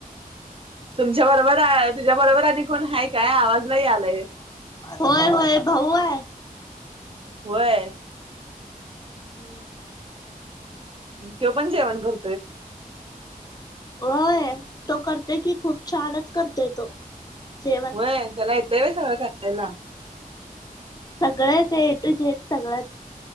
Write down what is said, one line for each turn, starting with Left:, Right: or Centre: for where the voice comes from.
Right: तुमच्या बरोबर तुझ्या बरोबर आणि कोण हाय का आवाज नाही आलाय.
Left: होय होय भाऊ आहे.
Right: वय
Left: हम्म.
Right: त्यो पण जेवण कर
Left: वय तो करतेय कि खूप छानच करतय तो. जेवण.
Right: व्हय त्याला येतोय ब सगळ्या करायला.
Left: सगळं ते ए टू झेड सगळंच.